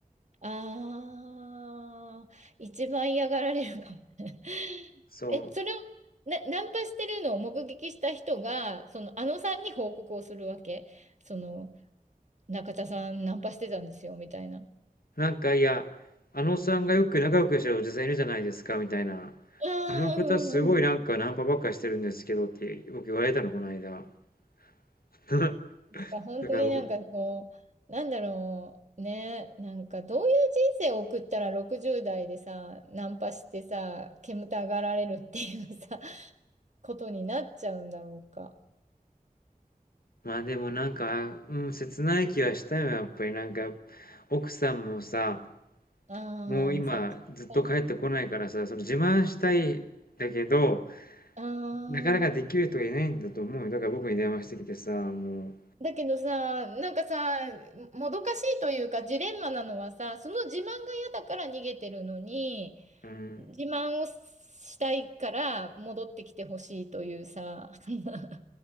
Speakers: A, on the right; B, on the left.
A: ああー、一番嫌がられるかもね。<laughs>
B: そ
A: え、それをな、ナンパしてるのを目撃した人が、その、あのさんに報告をするわけその、中田さんナンパしてたんですよ、みたいな。
B: う。なんかいや、あのおっさんがよく仲良くしてるおじさんいるじゃないですか、みたいな。
A: ああ、
B: あの方すごいなんかナンパばっかりしてるんですけどって僕言われたの、
A: うんうんうん。<laughs>
B: この間。<laughs> だか
A: 本当になんかこう、
B: ら僕、
A: なんだろう、ね、なんかどういう人生を送ったら60代でさ、ナンパしてさ、煙たがられるっていうさ、ことになっちゃうんだろうか。
B: まあでもなんか、うん、切ない気はしたよ、やっぱりなんか、奥さんもさ、
A: ああ、
B: もう今ずっと帰ってこないからさ、
A: 寂しかった。
B: その自慢したいんだけど、
A: ああ、
B: なかなかできる人がいないんだと思うよ。だから僕に電話してきてさ、も
A: だけどさ、なんかさ、もどかしいというか、ジレンマなのはさ、その自慢が嫌だから逃げてるのに、
B: う、うん、
A: 自慢をしたいから戻ってきてほしいというさ、<laughs>